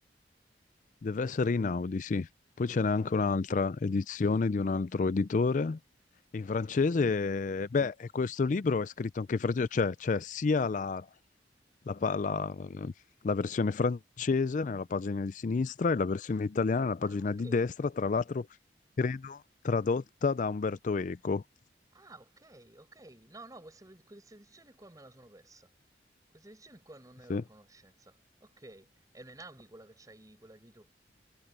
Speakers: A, on the left; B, on the right.
A: Deve essere Inaudi, sì. Poi
B: Okay,
A: ce n'è anche un'altra edizione di un altro editore. In
B: okay.
A: francese, beh, e questo libro è scritto anche in francese, cioè c'è sia la, la pa- la- la versione francese nella pagina di sinistra e la versione italiana nella pagina
B: Ah, okay.
A: di destra, tra l'altro credo tradotta da Umberto Eco.
B: Ah, ok, ok. No, no, questa, questa edizione qua me la sono persa. Questa edizione qua non ne
A: Sì.
B: ero a conoscenza. Ok, è un'Enaudi quella che c'hai, quella che hai tu.